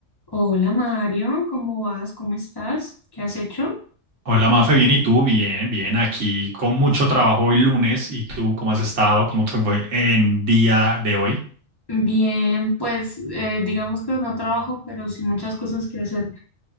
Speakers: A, on the left; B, on the right.
A: Hola Mario, ¿cómo vas? ¿Cómo estás? ¿Qué has hecho?
B: Hola Mafe, bien, ¿y tú? Bien, bien, aquí con mucho trabajo hoy lunes. ¿Y tú cómo has estado? ¿Cómo te fue en día de hoy?
A: Bien, pues eh, digamos que no trabajo, pero sí muchas cosas que hacer.